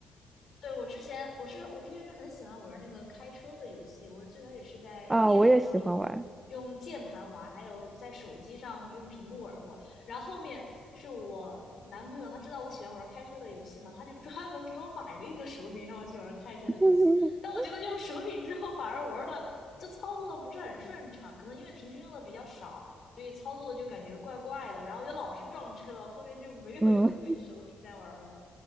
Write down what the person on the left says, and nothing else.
对，我之前我是我之前是很喜欢玩那个开车的游戏，我最开始是在电脑上用用键盘玩，
还有在手机上用屏幕玩过。然后后面是我男朋友，他知道我喜欢玩开车的游戏嘛，他就专门给我买了一个手柄让我去玩开车的游戏。
但我觉得用手柄之后反而玩的就操作的不是很顺畅，可能因为平时用的比较少，所以操作的就感觉怪怪的，然后就老是撞车，后面就没有用那个手柄再玩了。